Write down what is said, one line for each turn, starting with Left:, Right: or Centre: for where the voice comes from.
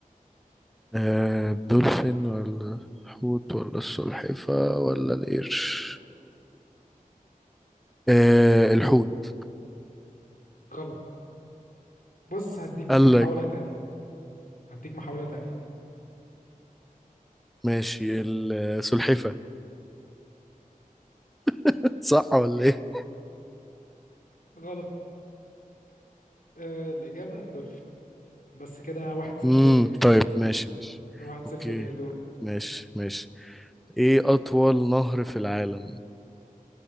Centre: اه... الدولفين ولا الحوت ولا السلحفة ولا القرش اه... الحوت
Left: غلط بص
Centre: بص
Left: هديك
Centre: قال
Left: محاولة
Centre: لك
Left: تانية هديك محاولة تانية
Centre: ماشي السلحفة <laughs> صح ولا ايه
Left: غلط آه الإجابة الدولفين بس كده واحد صفر
Centre: امم
Left: ليا
Centre: طيب ماشي ماشي
Left: واحد
Centre: اوكي
Left: صفر ليا دورك
Centre: ماشي ماشي ايه اطول نهر في العالم